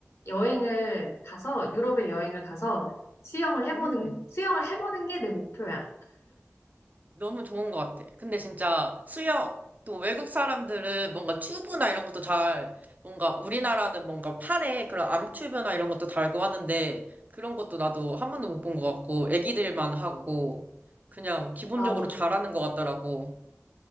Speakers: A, on the left; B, on the right.
A: 여행을 가서 유럽에 여행을 가서 수영을 해보는
B: 음,
A: 수영을 해보는 게 내 목표야.
B: 너무 좋은 것 같아. 근데 진짜 수영, 또 외국 사람들은 뭔가 튜브나 이런 것도 잘, 뭔가 우리나라는 뭔가 팔에 그런 암튜브나 이런 것도 달고 하는데, 그런 것도 나도 한 번도 못 본 것 같고, 애기들만 하고, 그냥 기본적으로
A: 맞아.
B: 잘하는 것 같더라고.